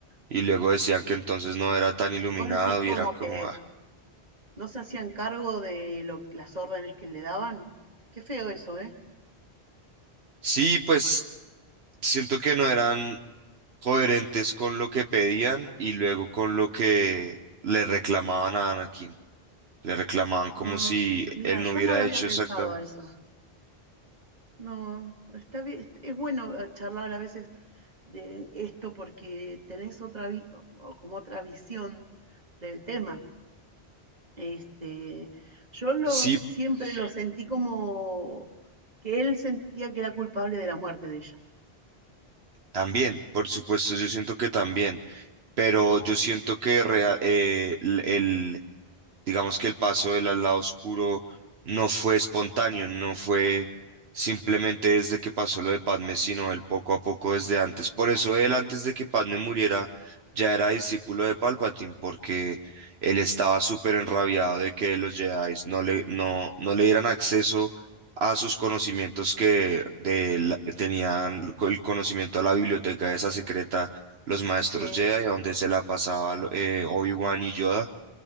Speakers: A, on the right (about 75°); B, on the right (about 40°).
A: Y luego decían que entonces no era tan iluminado
B: Vos decís
A: y
B: como
A: era como,
B: que
A: ah.
B: no se hacían cargo de lo- las órdenes que le daban. Qué feo eso, ¿eh?
A: Sí, pues siento que no eran coherentes con lo que pedían y luego con lo que le reclamaban a Anakin. Le reclamaban como
B: Ah,
A: si
B: mira,
A: él
B: yo
A: no hubiera
B: no lo había
A: hecho
B: pensado
A: exactamente.
B: a eso. No, está bien, es bueno eh, charlar a veces de esto porque tenés otra vi- o- o como otra visión del tema. Este, yo lo
A: Sí,
B: siempre lo sentí como que él sentía que era culpable de la muerte de ella.
A: también, por supuesto, yo siento que también, pero yo siento que rea- eh, l- el, digamos que el paso del al lado oscuro no fue espontáneo, no fue simplemente desde que pasó lo de Padme, sino el poco a poco desde antes. Por eso él antes de que Padme muriera ya era discípulo de Palpatine, porque él estaba súper enrabiado de que los Jedi no le, no, no le dieran acceso a sus conocimientos que de la- que tenían el co- el conocimiento a la biblioteca esa secreta, los maestros
B: Sí,
A: Jedi, a donde se la pasaba lo- eh, Obi-Wan y Yoda